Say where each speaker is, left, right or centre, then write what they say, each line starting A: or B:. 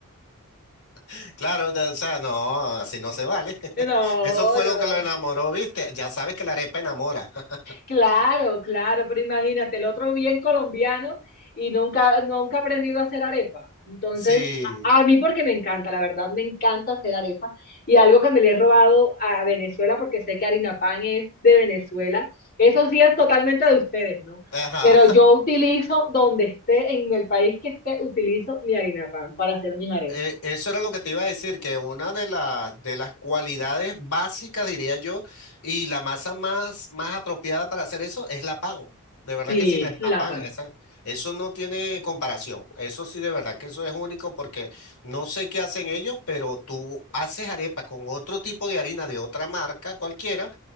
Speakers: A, on the left; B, on the left.
A: <laughs> claro, de- o sea, no, así no se vale. <laughs>
B: No,
A: Eso fue
B: no,
A: lo que lo enamoró, ¿viste? Ya sabes que la arepa enamora. <laughs>
B: Claro, claro, pero imagínate, el otro bien colombiano y nunca, nunca ha aprendido a hacer arepa. Entonces,
A: Sí.
B: a a mí porque me encanta, la verdad, me encanta hacer arepa. Y algo que me le he robado a Venezuela, porque sé que harina pan es de Venezuela, eso sí es totalmente de ustedes, ¿no?
A: Ajá.
B: Pero yo utilizo, donde esté, en el país que esté, utilizo mi harina pan para hacer mis arepas.
A: Eh, eso era lo que te iba a decir, que una de las, de las cualidades básicas, diría yo, y la masa más, más apropiada para hacer eso es la pan. De verdad
B: Sí,
A: que sí, la harina
B: la
A: pan,
B: pan.
A: esa, eso no tiene comparación. Eso sí, de verdad que eso es único porque no sé qué hacen ellos, pero tú haces arepas con otro tipo de harina de otra marca cualquiera.